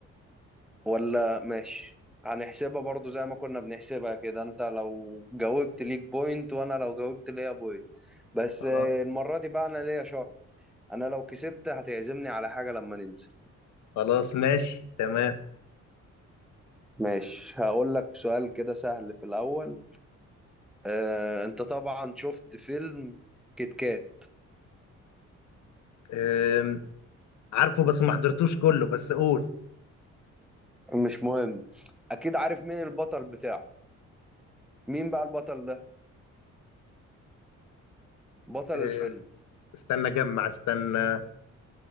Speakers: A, in the centre; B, on the left.
A: ولا ماشي هنحسبها برضو زي ما كنا بنحسبها كده انت لو جاوبت ليك بوينت وانا لو جاوبت ليا بوينت بس
B: خلاص
A: آه، المرة دي بقى انا ليا شرط انا لو كسبت هتعزمني على حاجة لما ننزل
B: خلاص ماشي تمام
A: ماشي هقول لك سؤال كده سهل في الاول آه، انت طبعا شفت فيلم كيت كات
B: أم. عارفه بس ما حضرتوش كله بس قول
A: مش مهم اكيد عارف مين البطل بتاعه مين بقى البطل ده بطل
B: أه،
A: الفيلم
B: استنى جمع استنى